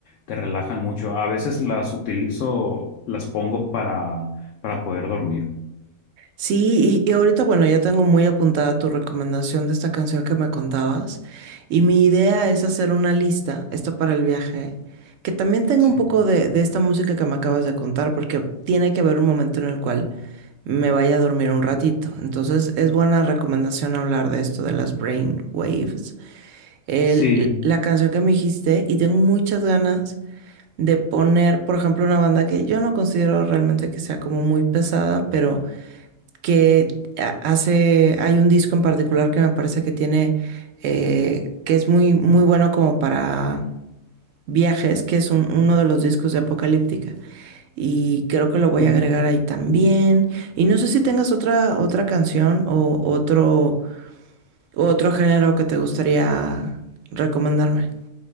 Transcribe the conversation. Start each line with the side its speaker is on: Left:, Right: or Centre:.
Left: te relajan mucho. A veces las utilizo, las pongo para, para poder dormir.
Right: Sí, y, y ahorita, bueno, ya tengo muy apuntada tu recomendación de esta canción que me contabas. Y mi idea es hacer una lista, esta para el viaje, que también tenga
Left: Sí,
Right: un poco de, de esta música que me acabas de contar, porque tiene que haber un momento en el cual me vaya a dormir un ratito. Entonces, es buena recomendación hablar de esto, de las brain waves. El-
Left: sí.
Right: la canción que me dijiste, y tengo muchas ganas de poner, por ejemplo, una banda que yo no considero realmente que sea como muy pesada, pero que hace, hay un disco en particular que me parece que tiene, eh, que es muy, muy bueno como para viajes, que es un- uno de los discos de Apocalíptica. Y creo que lo voy
Left: Ujú.
Right: a agregar ahí también. Y no sé si tengas otra, otra canción o otro, otro género que te gustaría recomendarme.